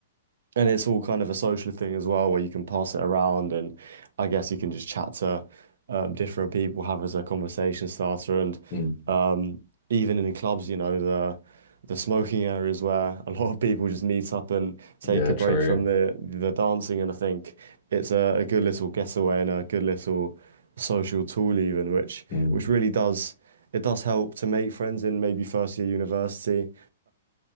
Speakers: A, on the right; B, on the left.
A: and it's all kind of a social thing as well, where you can pass it around, and I guess you can just chat to um, different people, have as a conversation starter, and
B: Mm.
A: um, even in the clubs, you know, the the smoking areas where a lot of people just meet up and take
B: Yeah,
A: a
B: true.
A: break from the the dancing, and I think it's a, a good little getaway and a good little social tool even, which
B: Mm,
A: which really does it does help to make friends in maybe first year university.